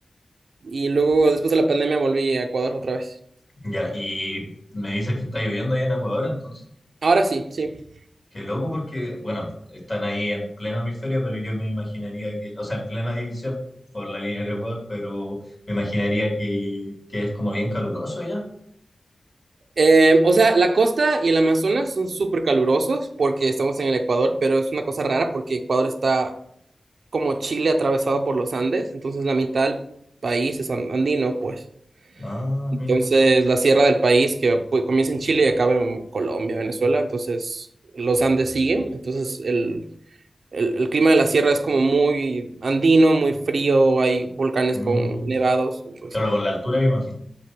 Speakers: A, on the right; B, on the left.
A: y luego después de la pandemia volví a Ecuador otra vez.
B: Ya, y me dices que está lloviendo allá en Ecuador, entonces,
A: Ahora sí, sí.
B: qué loco porque, bueno, están ahí en pleno hemisferio, pero yo me imaginaría que, o sea, en plena división por la línea del Ecuador, pero me imaginaría que, que es como bien caluroso allá.
A: Eh, o sea, la costa y el Amazonas son súper calurosos porque estamos en el Ecuador, pero es una cosa rara porque Ecuador está como Chile atravesado por los Andes, entonces la mitad del país es an- andino, pues.
B: Ah,
A: Entonces,
B: mira.
A: la sierra del país que pues, comienza en Chile y acaba en Colombia, Venezuela, entonces los Andes siguen, entonces el, el, el clima de la sierra es como muy andino, muy frío, hay volcanes
B: Mm,
A: con nevados, entonces...
B: Claro, por la altura me imagino.